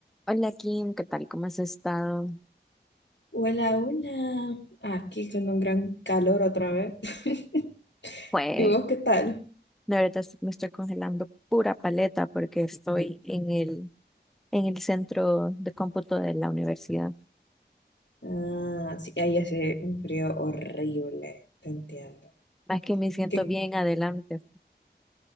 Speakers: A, in the centre; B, on the left (about 75°).
A: Hola Kim, ¿qué tal? ¿Cómo has estado?
B: Hola, hola. Aquí con un gran calor otra vez. <laughs>
A: Fue,
B: ¿Y vos qué tal?
A: de verdad es- me estoy congelando pura paleta porque estoy en el, en el centro de cómputo de la universidad.
B: Ah, sí, ahí hace un frío horrible, te entiendo.
A: Más que me siento
B: ¿Qué,
A: bien adelante.